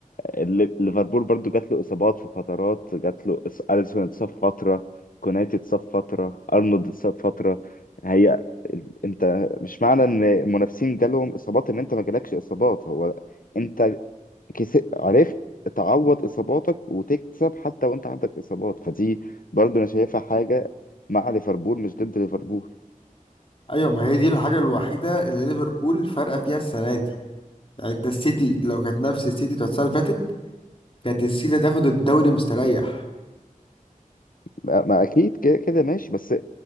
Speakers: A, on the left (about 80°); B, on the left (about 40°).
A: ال- ليفربول برضو جات له اصابات في فترات جات له إص- اليسون اتصاب فتره كوناتي اتصاب فتره ارنولد اتصاب فتره هي ال- انت مش معنى ان المنافسين جالهم اصابات ان انت ما جالكش اصابات هو انت كس... عرفت تعوض اصاباتك وتكسب حتى وانت عندك اصابات فدي برضو انا شايفها حاجه مع ليفربول مش ضد ليفربول
B: ايوه ما هي دي الحاجه الوحيده اللي ليفربول فارقه فيها السنه دي يعني انت السيتي لو كانت نفس السيتي بتاعت السنه اللي فاتت كانت السيتي تاخد الدوري مستريح
A: ما ما اكيد كده كده ماشي بس